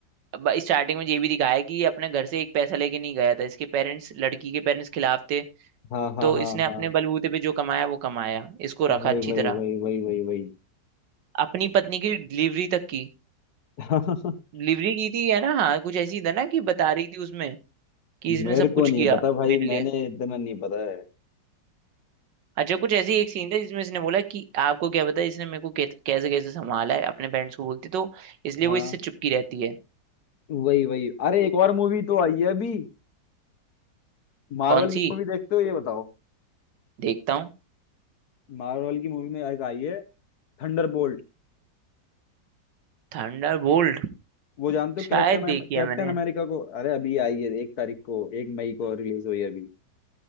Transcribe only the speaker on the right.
अब स्टार्टिंग में ये भी दिखाया है कि ये अपने घर से एक पैसा लेके नहीं गया था इसके पेरेंट्स लड़की के पेरेंट्स खिलाफ थे
तो
इसने अपने
बलबूते पे जो कमाया वो कमाया इसको रखा
अच्छी
तरह
अपनी पत्नी की डिलीवरी तक की
डिलीवरी की थी है ना हाँ कुछ ऐसी था ना कि बता रही थी उसमें कि इसने
सब कुछ
किया
मेरे लिए
अच्छा कुछ ऐसी एक सीन था जिसमें इसने बोला कि आपको क्या पता इसने मेरे को कैसे कैसे कैसे संभाला है अपने पेरेंट्स को बोलती तो इसलिए
वो इससे चुपकी रहती है
कौन
सी
देखता हूँ
Thunder bolt
शायद
देखी
है मैंने